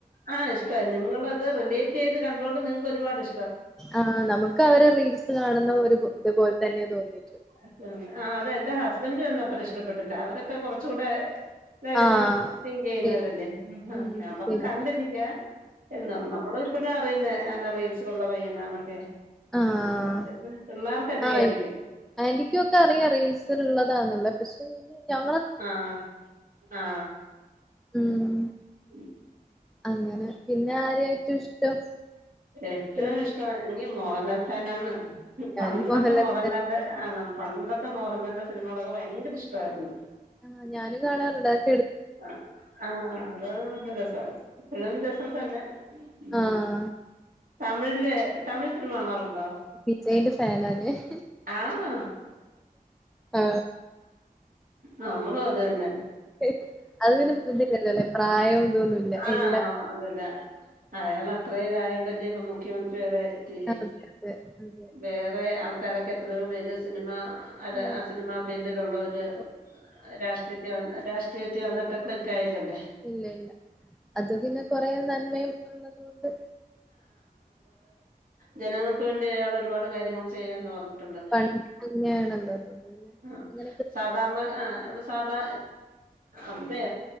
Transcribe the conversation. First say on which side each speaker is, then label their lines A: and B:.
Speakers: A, on the right (about 70°); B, in the centre.
A: ആഹ് ഇഷ്ടമായി നിങ്ങളത് റിലേറ്റ് ചെയ്ത് കണ്ടോണ്ട് നി ഒരുപാട് ഇഷ്
B: ആ നമുക്ക് അവരെ റീൽസ് കാണുന്ന ഒരു ഇത് ഇതപോലെ തന്നെ തോന്നി
A: ആത് ആ അതെന്റെ ഹസ് ന്റെഒന്ന് അത്ര ഇഷ്ടപ്പെട്ടില്ല അവരൊക്കെ കുറച്ചൂടെ <unintelligible>
B: ആഹ്
A: തിങ്ക് ചെയ്യുന്നവരല്ലേ
B: ശരി ഉം
A: ഞാൻ പറന്ന്
B: ശരി
A: കണ്ടിരിക്ക എന്നുപറഞ്ഞു നമ്മൾ ഇപ്പഴാ അറിയുനേ റീൽ സ് ള്ള പയ്യനാക്കെ
B: ആഹ്
A: ചെലപ്പം പിള്ളേർക്ക് അറിയയിരിക്കും
B: ആഹ് ആന്റിക്കും ഒക്കെ അറിയാം റിയൽസിലുള്ളതാണെന്ന് പക്ഷെ ഞ
A: ആഹ് ആ
B: ഉം
A: ഉം
B: അങ്ങനെ പിന്നെ ആരെയാ ഏറ്റവും ഇഷ്ടം
A: ഏറ്റവും
B: സിനിമയില്
A: ഇഷ്ടം <unintelligible> മോഹലാൽ ഫേനാണ് പണ്ടത്തെ
B: ഞാനും മോഹൻലാലിനെ
A: മോഹൻലാലിന്റെ ആ ന പണ്ടത്തെ മോഹൻലാലിന്റെ സിനിമകളൊക്കെ ഭയങ്കര ഇഷ്ടവായിരുന്നു
B: ആഹ് ഞാനും കാണാറുണ്ടായി
A: ആ ആ അതാ നല്ല രസം ഇപ്പഴും രസം തന്നെ ഉ
B: ആഹ്
A: തമിഴില് തമിഴ് സിനിമ കാണാറുണ്ടോ
B: വിജയിന്റെ ഫാൻനാ ഞാൻ
A: ആണോ
B: ആ
A: നമ്മളും അത് തന്നെ
B: <inaudible> അതിന് ബുദ്ധില്ലല്ലോ അ പ്രായം ഇതൊന്നുല്ല.
A: ആഹ്
B: എല്ലാ
A: അതല്ല അയാൾ അത്ര ഇതായ അല്ലേ ഇപ്പ മുഖ്യമന്ത്രി വരെ ത്തിയില്ലേ
B: അതെ അതെ അതെ.
A: വേറെ ആൾ കരക്ക എത്രയും പേര് സിനിമ അല്ലെ
B: ഉം
A: ആ സിനിമാ ഫീൽഡിലുള്ളവര്
B: ഉം
A: രാഷ്ട്രീയത്തി വന്ന് രാഷ്ട്രീയത്തി വന്നിട്ട് ക്ലിക്ക് ആയില്ലല്ലേ
B: ഇല്ല ഇല്ല. അത് പിന്നെ കൊറേ നന്മയും ഉള്ളത് കൊണ്ട്
A: ജനങ്ങ ക്ക് വേണ്ടി അയാൾ ഒരുപാട് കാര്യങ്ങൾ ചെയ്യാന്ന് പറഞ്ഞിട്ടുണ്ടല്ല
B: പണ്ട് അങ്ങനെയാണല്ലോ അതുകൊണ്ട് പിന്നെ
A: ആ
B: അങ്ങനെയൊക്കെ
A: സാധാരണ ആ എം സാധാ അവിടുത്തെ